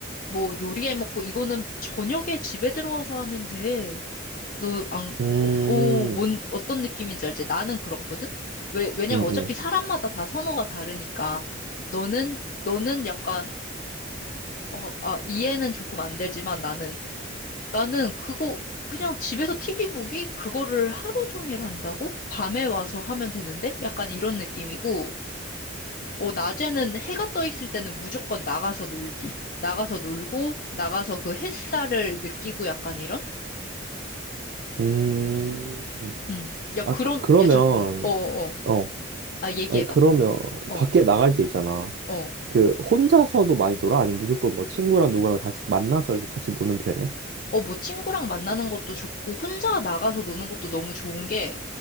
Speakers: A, on the left; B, on the right.
A: 뭐 요리해 먹고, 이거는 저녁에 집에 들어와서 하면 돼. 너 안,
B: 음,
A: 어, 어, 뭔, 어떤 느낌인지 알지? 나는 그렇거든? 왜, 왜냐면
B: 음,
A: 어차피
B: 음,
A: 사람마다 다 선호가 다르니까, 너는, 너는 약간, 어, 아, 이해는 조금 안 되지만 나는, 나는 그거, 그냥 집에서 TV 보기? 그거를 하루 종일 한다고? 밤에 와서 하면 되는데? 약간 이런 느낌이고, 어, 낮에는 해가 떠 있을 때는 무조건 나가서 놀기. 나가서 놀고, 나가서 그 햇살을 느끼고 약간 이런?
B: 음.
A: 음. 야, 그럼,
B: 아, 그, 그러면,
A: 야, 잠깐만. 어어.
B: 어,
A: 아, 얘기해봐.
B: 아니, 그러면,
A: 어,
B: 밖에 나갈 때 있잖아.
A: 어.
B: 그 혼자서도 많이 놀아? 아니면 무조건 뭐 친구랑 누구랑 다 만나서 이렇게 같이 노는 편이야?
A: 어, 뭐 친구랑 만나는 것도 좋고, 혼자 나가서 노는 것도 너무 좋은 게,